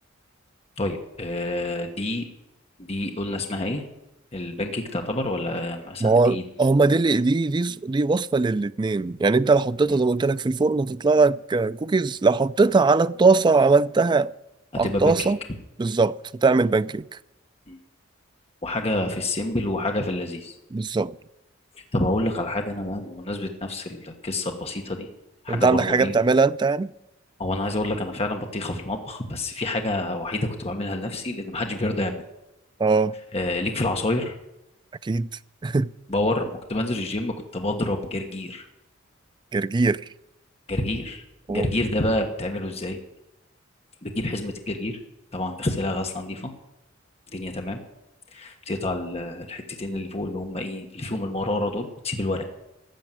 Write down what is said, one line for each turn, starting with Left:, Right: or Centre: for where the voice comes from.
Left: طيب آه، دي دي قلنا اسمها ايه البانكيك تعتبر ولا مثلا
Right: ما هو
Left: ايه
Right: هما دي اللي دي دي دي وصفه للاتنين يعني انت لو حطيتها
Left: مم.
Right: زي ما قلت لك في الفرن هتطلع لك كوكيز لو حطيتها على الطاسه وعملتها
Left: هتبقى
Right: على الطاسه
Left: بانكيك
Right: بالظبط هتعمل بانكيك
Left: مم. وحاجة في السيمبل وحاجة في اللذيذ
Right: بالظبط
Left: طب هقول لك على حاجة أنا بقى بمناسبة نفس القصة البسيطة دي حاجة
Right: انت عندك
Left: برضو
Right: حاجه
Left: إيه
Right: بتعملها انت يعني
Left: هو أنا عايز أقول لك أنا فعلا بطيخة في المطبخ بس في حاجة وحيدة كنت بعملها لنفسي لأن محدش بيرضى يعملها
Right: اه
Left: آه ليك في العصاير
Right: اكيد <laughs>
Left: باور ما كنت بنزل الجيم كنت بضرب جرجير
Right: جرجير
Left: جرجير
Right: اوه
Left: جرجير ده بقى بتعمله إزاي بتجيب حزمة الجرجير طبعا تغسلها غسلة نظيفة الدنيا تمام بتقطع ال- الحتتين اللي فوق اللي هم ايه اللي فيهم المراره دول وتسيب الورق